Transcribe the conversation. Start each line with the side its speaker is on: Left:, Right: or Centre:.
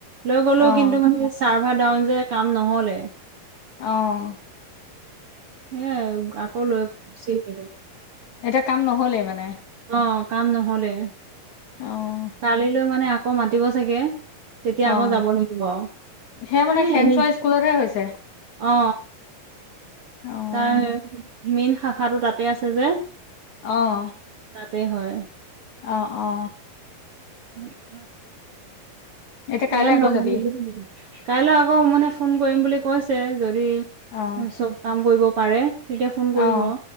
Right: লৈ গ'লো
Left: অ',
Right: কিন্তু মানে চাৰ্ভাৰ ডাউন যে কাম নহ'লে।
Left: অহ।
Right: হেয়াই আকৌ লৈ <unintelligible>
Left: এতিয়া কাম নহ'লেই মানে।
Right: অ, কাম নহলে।
Left: অ।
Right: কালিলৈ মানে আকৌ মাতিব চাগে। তেতিয়া আকৌ
Left: অ',
Right: যাব লাগিব,
Left: সেয়া মানে
Right: হে
Left: খেনচোৱা
Right: এনে।
Left: স্কুলতহে হৈছে
Right: অ অ,
Left: অ',
Right: তাৰ, মেইন শাখাটো তাতে আছে যে।
Left: অ',
Right: তাতে হয়।
Left: অ অ।
Right: <unintelligible>
Left: এতিয়া কাইলৈ
Right: ইয়াত,
Left: আকৌ
Right: <unintelligible>
Left: যাবি
Right: কাইলৈ আকৌ মানে ফোন কৰিম বুলি কৈছে। যদি।
Left: অ',
Right: চব কাম কৰিব পাৰে তেতিয়া ফোন কৰিব,
Left: অ',